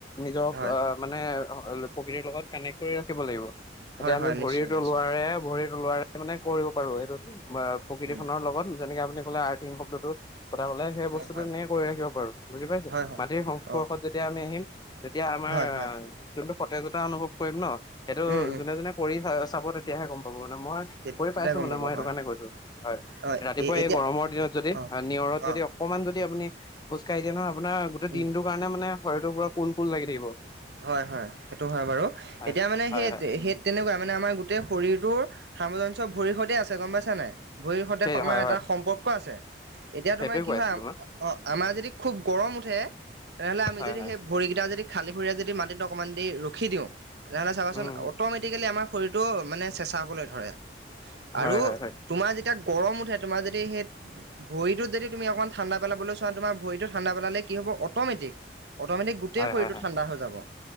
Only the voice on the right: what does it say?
হয়
হয়
হয়
নিশ্চয় নিশ্চয়
উম
হয়
হয়
হয় হয়
অ
হয় হয়
উম উম
তেতিয়া
গম
পাব
হয়
অ
এতিয়া
অ
অ
উম
হয় হয় সেইটো হয় বাৰু
এতিয়া মানে
সেই
সেই তেনেকুৱা মানে আমাৰ গোটেই শৰীৰটোৰ সামঞ্জস্য ভৰিৰ সৈতে আছে গম পাইছা নাই। ভৰিৰ সৈতে
আমাৰ
এটা
সম্পৰ্ক আছে। এতিয়া
তোমাৰ কি
হয়
অ আমাৰ যদি খুব গৰম উঠে, তেনেহলে আমি
যদি
সেই ভৰিকেইটা যদি খালী ভৰিৰে যদি মাটিত অকণমান দেৰি ৰখি দিওঁ, তেনেহ'লে চাবাচোন
অট'মেটিকেলি আমাৰ শৰীৰটো মানে চেঁচা হ'বলে ধৰে,
আৰু
তোমাৰ যেতিয়া গৰম উঠে, তোমাৰ যদি সেই ভৰিটোত যদি তুমি অকমান ঠাণ্ডা পেলাবলৈ চোৱা, তোমাৰ ভৰিটো ঠাণ্ডা পালে কি হব অ'মেটিক অট-মেটিক গোটেই
শৰীৰটো
ঠাণ্ডা হৈ যাব